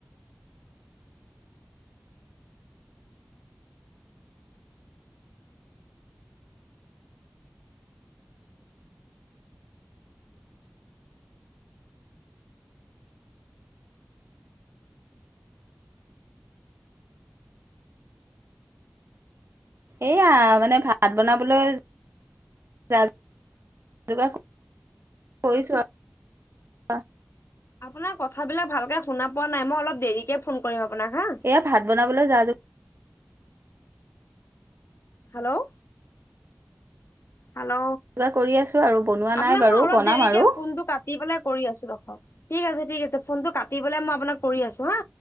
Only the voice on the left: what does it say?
আপোনাৰ কথাবিলাক ভালকে শুনা পোৱা নাই। মই অলপ দেৰিকে ফোন কৰিম আপোনাক হা
হেল্ল'? হেল্ল'?
আপোনাক
মই অলপ
দেৰিকে
ফোনটো কাটি পেলাই কৰি আছোঁ ৰখক। ঠিক আছে - ঠিক আছে। ফোনটো কাটি পেলাই মই আপোনাক কৰি আছোঁ হা?